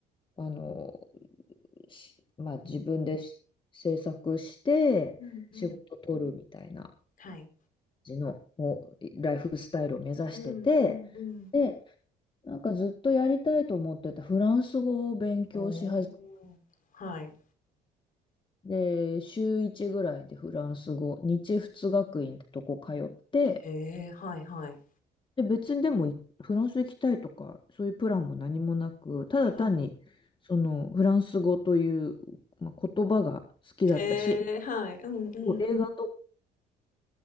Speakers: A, on the left; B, on the left.
A: あのしまあ自分でし制作して仕事取るみたいな。
B: うんうんうんはい
A: じのおライフスタイルを目指してて、
B: うんうんうん
A: で、なんかずっとやりたいと思ってたフランス語を勉強し始め
B: おお、はい。
A: て、週1ぐらいでフランス語、日仏学院ってとこ通って、
B: へえ、はいはい。
A: で、別にでもいフランス行きたいとか、そういうプランも何もなく、ただ単に、
B: はい。
A: そのフランス語という、まあ、言葉が好きだったし、
B: へえ、はい。うんうんうん。
A: 映画と